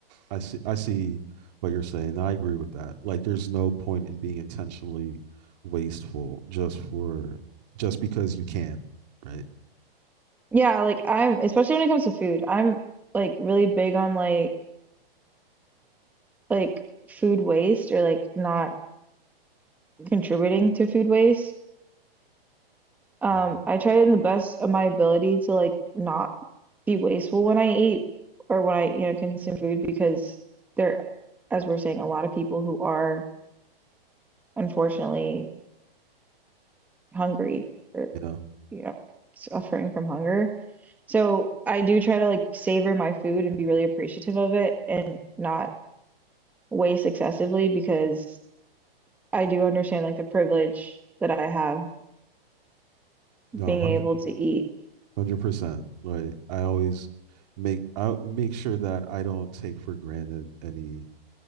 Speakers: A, on the right; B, in the centre.
A: I see. I see what you're saying. I agree with that. Like, there's no point in being intentionally wasteful just for just because you can, right?
B: Yeah, like I'm especially when it comes to food, I'm like really big on like like food waste or like not contributing to food waste. Um,
A: Mhm.
B: I try in the best of my ability to like not be wasteful when I eat or when I, you know, consume food because there, as we're saying, a lot of people who are unfortunately hungry or,
A: Yeah.
B: you know, suffering from hunger. So I do try to like savor my food and be really appreciative of it and not waste excessively because I do understand like the privilege that I have
A: No,
B: being
A: hundred,
B: able to eat.
A: hundred percent. Like, I always make I make sure that I don't take for granted any